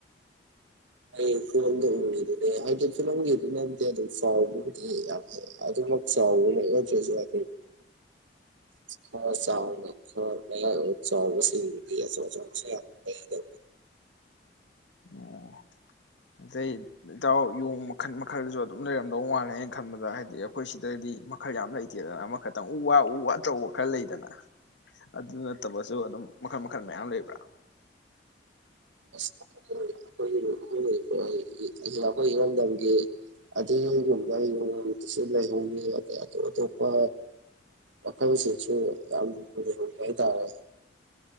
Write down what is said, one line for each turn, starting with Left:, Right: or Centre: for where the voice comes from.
Right: ꯍꯌꯦꯡ ꯐꯤꯂꯝꯗ ꯎꯕꯗꯨꯅꯦ ꯍꯥꯏꯗꯤ ꯐꯤꯂꯝꯒꯤꯗꯨꯅꯗꯤ ꯑꯗꯨꯝ ꯆꯥꯎꯕꯕꯨꯗꯤ ꯌꯥꯝ ꯍꯦꯜ ꯑꯗꯨꯃꯛ ꯆꯥꯎꯕ ꯅꯠꯇ꯭ꯔꯁꯨ ꯑꯗꯨꯝ ꯈꯔ ꯆꯥꯎꯅ ꯈꯔ ꯃꯌꯥꯏ ꯑꯣꯏꯔꯞ ꯆꯥꯎꯕꯁꯤꯡꯗꯤ ꯑꯆꯧ ꯑꯆꯧꯕ ꯑꯆꯧꯕꯁꯨ ꯌꯥꯝ ꯂꯩꯗ
Left: ꯑꯣ ꯑꯗꯩ ꯏꯇꯥꯎ ꯌꯣꯡ ꯃꯈꯜ ꯃꯈꯜꯁꯨ ꯑꯗꯨꯝ ꯂꯩꯔꯝꯗꯧ ꯃꯥꯜꯂꯦ ꯑꯩꯅ ꯈꯟꯕꯗ ꯍꯥꯏꯗꯤ ꯑꯩꯈꯣꯏ ꯁꯤꯗꯗꯤ ꯃꯈꯜ ꯌꯥꯝ ꯂꯩꯇꯦꯗꯅ ꯑꯃꯈꯛꯇꯪ ꯎ ꯋꯥ ꯎ ꯋꯥ ꯇꯧꯕ ꯈꯔ ꯂꯩꯗꯅ ꯑꯗꯨ ꯅꯠꯇꯕꯁꯨ ꯑꯗꯨꯝ ꯃꯈꯜ ꯃꯈꯜ ꯃꯌꯥꯝ ꯂꯩꯕ꯭ꯔꯥ
Right: ꯑꯁ ꯑꯈꯣꯏ ꯑꯈꯣꯏ ꯑꯩꯈꯣꯏꯒꯤ ꯑꯩꯈꯣꯏ ꯏꯔꯝꯗꯝꯒꯤ ꯑꯗꯨꯒꯨꯝꯕ ꯌꯣꯡꯗꯁꯨ ꯂꯩꯍꯧꯋꯤ ꯑꯗꯩ ꯑꯇꯣꯞ ꯑꯇꯣꯞꯄ ꯃꯈꯜꯁꯤꯡꯁꯨ ꯌꯥꯝ ꯂꯩꯍꯧꯋꯤ ꯍꯥꯏꯇꯥꯔꯦ